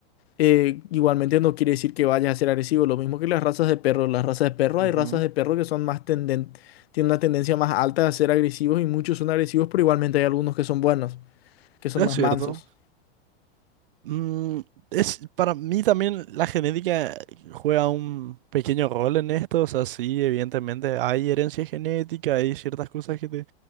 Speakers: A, on the left; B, on the right.
A: eh, igualmente no quiere decir que vaya a ser agresivo. Lo mismo que las razas de perros. Las razas de perros,
B: Ujú.
A: hay razas de perros que son más tenden, tienen una tendencia más alta a ser agresivos y muchos son agresivos, pero igualmente hay algunos que son buenos, que son
B: Es
A: más
B: cierto.
A: mansos.
B: Mm, es, para mí también la genética juega un pequeño rol en esto. O sea, sí, evidentemente hay herencia genética, hay ciertas cosas que te